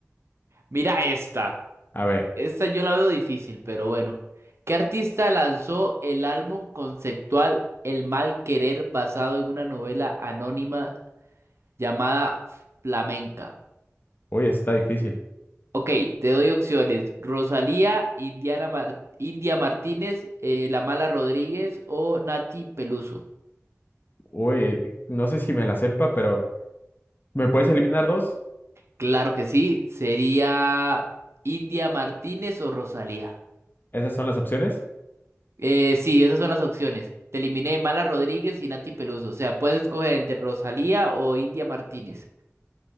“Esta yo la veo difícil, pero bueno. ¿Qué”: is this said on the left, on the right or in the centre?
Right